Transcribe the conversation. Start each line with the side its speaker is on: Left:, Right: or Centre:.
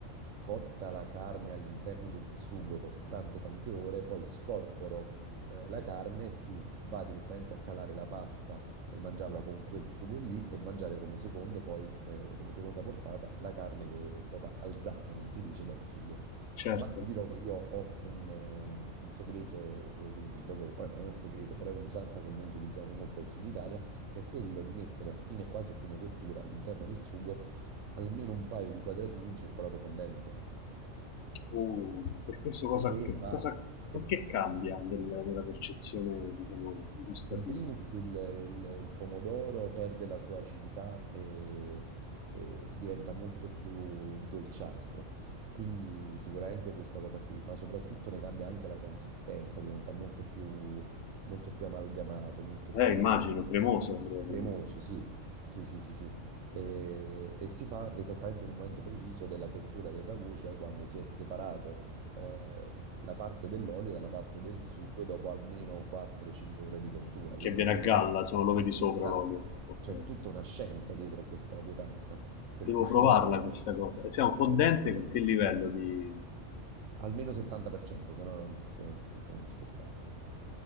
Right: cotta la carne all'interno del sugo per tante tante ore, poi scorporo eh, la carne e si va direttamente a calare la pasta per mangiarla con quel sugo lì e mangiare come secondo, poi eh, come seconda portata la carne che è stata alzata, come si dice, dal sugo.
Left: Certo.
Right: Ma ti dirò che io ho un, eh, un segreto che utilizzo sulla cuoca, che poi non è un segreto, però è un'usanza che noi utilizziamo molto al sud Italia che è quello di mettere a fine, quasi a fine cottura all'interno del sugo almeno un paio di quadratini di cioccolato fondente,
Left: Uh, per questo cosa,
Right: che
Left: che,
Right: va,
Left: cosa,
Right: che
Left: che cambia nel- nella percezione, diciamo, gustativa?
Right: in primis il, il- il pomodoro perde la sua acidità e, e diventa molto più dolciastro. Quindi sicuramente questa cosa qui, ma soprattutto ne cambia anche la consistenza, diventa molto più, molto più amalgamato, molto
Left: Eh,
Right: più
Left: immagino, cremoso probabilmente.
Right: Cremoso, sì, sì, sì, sì, sì. E, e si fa esattamente in un momento preciso della cottura del ragù, cioè quando si è separato eh, la parte dell'olio dalla parte del sugo dopo almeno 4-5 ore di cottura.
Left: Che
Right: Quindi,
Left: viene
Right: insomma,
Left: a galla,
Right: c'è tut-
Left: insomma, lo vedi sopra
Right: esatto,
Left: l'olio. Ok.
Right: c'è tutta una scienza dietro a questa pietanza, per
Left: Devo
Right: cui
Left: provarla questa cosa. E Siamo fondente con che livello di...
Right: <laughs> almeno 70%, se no non, se- se- se non si può fare.